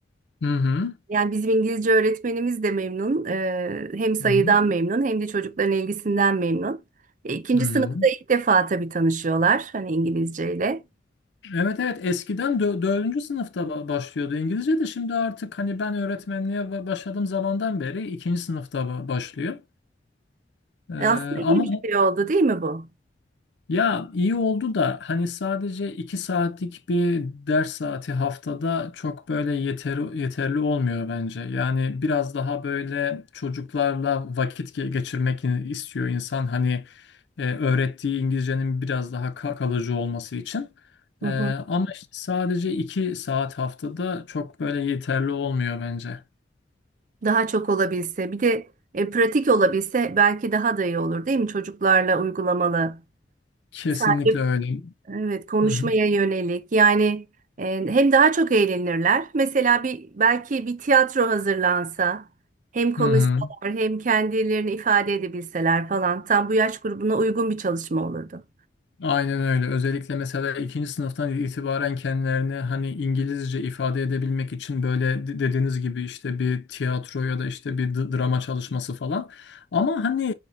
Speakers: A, on the left; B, on the right.
A: Hı hı.
B: Yani bizim İngilizce öğretmenimiz de memnun. Ee, hem sayıdan
A: Hı hı.
B: memnun hem de çocukların ilgisinden memnun. E, İkinci
A: Hı hı.
B: sınıfta ilk defa tabii tanışıyorlar hani İngilizceyle.
A: Evet evet eskiden dö dördüncü sınıfta ba- başlıyordu İngilizce de şimdi artık hani ben öğretmenliğe ba- başladığım zamandan beri ikinci sınıfta ba- başlıyor. Ee,
B: E, aslında iyi
A: ama
B: bir şey oldu değil mi bu?
A: ya iyi oldu da hani sadece iki saatlik bir ders saati haftada çok böyle yeterli, yeterli olmuyor bence. Yani biraz daha böyle çocuklarla vakit ge- geçirmek istiyor insan. Hani e, öğrettiği İngilizcenin biraz daha ka- kalıcı olması için.
B: Hı
A: E,
B: hı.
A: ama işte sadece iki saat haftada çok böyle yeterli olmuyor bence.
B: Daha çok olabilse bir de e, pratik olabilse belki daha da iyi olur değil mi? Çocuklarla uygulamalı.
A: Kesinlikle
B: Sadece
A: öyle.
B: Evet, konuşmaya
A: Hı hı.
B: yönelik. Yani e, hem daha çok eğlenirler. Mesela bir belki bir tiyatro hazırlansa, hem konuşsalar
A: Hı hı.
B: hem kendilerini ifade edebilseler falan tam bu yaş grubuna uygun bir çalışma olurdu.
A: Aynen öyle. Özellikle mesela ikinci sınıftan itibaren kendilerini hani İngilizce ifade edebilmek için böyle de- dediğiniz gibi işte bir tiyatro ya da işte bir d- drama çalışması falan. Ama hani